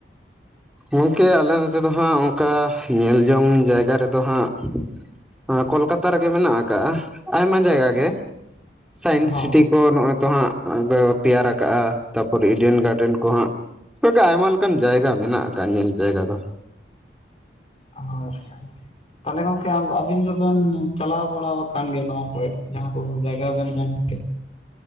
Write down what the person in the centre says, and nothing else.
ᱜᱚᱝᱠᱮ ᱟᱞᱮ ᱱᱚᱛᱮ ᱫᱚ ᱦᱟᱸᱜ ᱚᱝᱠᱟ ᱧᱮᱞ ᱡᱚᱝ ᱡᱟᱭᱜᱟ ᱨᱮᱫᱚ ᱦᱟᱸᱜ ᱮᱸ ᱠᱳᱞᱠᱟᱛᱟ ᱨᱮᱜᱮ ᱢᱮᱱᱟᱜ ᱠᱟᱜᱼᱟ ᱟᱭᱢᱟ ᱡᱟᱭᱜᱟ ᱜᱮ ᱥᱟᱭᱮᱱ
ᱥᱤᱴᱤᱠ ᱠᱚ ᱱᱚᱜᱼᱚᱭ ᱛᱚ ᱦᱟᱸᱜᱞᱮ ᱛᱮᱭᱟᱨ ᱠᱟᱜᱼᱟ ᱛᱟᱯᱚᱨ ᱤᱰᱮᱱ ᱜᱟᱨᱰᱮᱱ ᱠᱚ ᱦᱟᱸᱜ᱾ ᱠᱟᱜᱮ ᱟᱭᱢᱟ ᱞᱮᱠᱟᱱ ᱡᱟᱭᱜᱟ ᱢᱮᱱᱟᱜ ᱠᱟᱜᱼᱟ ᱧᱮᱞ ᱡᱟᱭᱜᱟ ᱫᱚ᱾